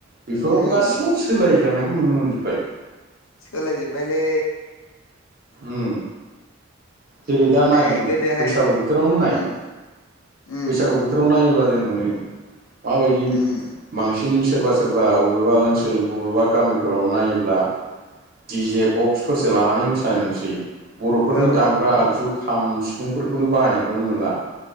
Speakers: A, on the right; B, on the left.
A: बेफोरावबो
B: उम
A: गासिखौबो सोलायलांनायखौ नुनो मोनजोबबाय।
B: सोलाय जोब्बायलै।
A: उम जेरै दा नाय
B: नै
A: नों
B: गोदोहाय
A: बैसागु बोथोरावनो
B: उम
A: नाय
B: उम
A: बैसागु बोथोराव नायोब्ला जों मोनो मा बायदि
B: उम
A: बांसिन सोरबा सोरबा बबेबा ओनसोल बबेबा गामिफोराव नायोब्ला डिजे बक्सफोरसो लानानै मोसा नाय नुसै। बर'फोरनि
B: औ
A: दामग्रा आगजु खाम सिफुंफोरखौनो बाहायनायखौनो नुला।